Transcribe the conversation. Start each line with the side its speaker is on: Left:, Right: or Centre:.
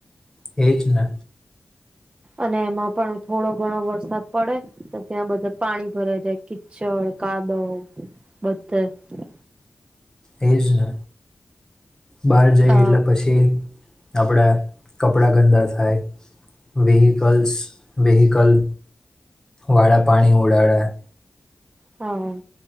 Left: એવીજ ને
Right: અને એમાં પણ થોડો ઘણો વરસાદ પડે, તો ત્યાં બધા પાણી ભરાય જાય કિચડ કાદવ બધા,
Left: એજને બહાર જઈ
Right: અ
Left: એટલે પછી આપણે કપડા ગંદા થાય, વેહિકલ્સ વિહીકલ વાળા પાણી ઉડાડયા.
Right: <inaudible> હા.